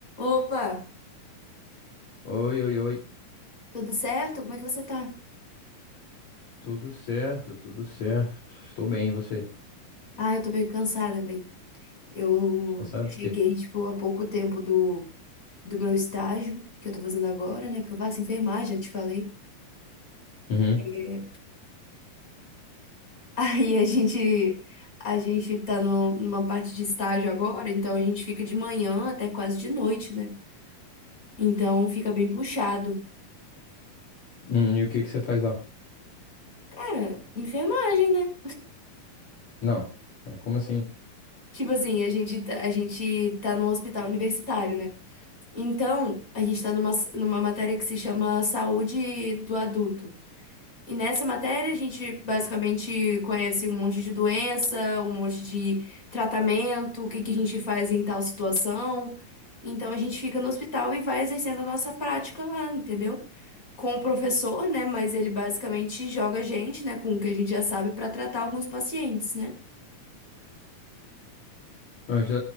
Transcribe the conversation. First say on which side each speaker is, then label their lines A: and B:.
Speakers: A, on the left; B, on the left.
A: Opa,
B: Oi, oi, oi.
A: tudo certo? Como é que você tá?
B: Tudo certo, tudo certo. Estou bem, e você?
A: Ah, eu tô meio cansada, velho. Eu
B: Cansado
A: cheguei,
B: do quê?
A: tipo, há pouco tempo do, do meu estágio, que eu tô fazendo agora, né? Porque eu faço enfermagem, já te falei.
B: Uhum.
A: <laughs> Aí a gente, a gente tá no, numa parte de estágio agora, então a gente fica de manhã até quase de noite, né? Então fica bem puxado.
B: Hum, e o que que você faz lá?
A: Cara, enfermagem, né?
B: Não. Ah, Como assim?
A: Tipo assim, a gente, tá- a gente tá num hospital universitário, né? Então, a gente está numa, numa matéria que se chama Saúde do Adulto. E nessa matéria, a gente basicamente conhece um monte de doença, um monte de tratamento, o que que a gente faz em tal situação. Então, a gente fica no hospital e vai exercendo a nossa prática lá, entendeu? Com o professor, né? Mas ele basicamente joga a gente, né, com o que a gente já sabe, para tratar alguns pacientes, né?
B: Eu já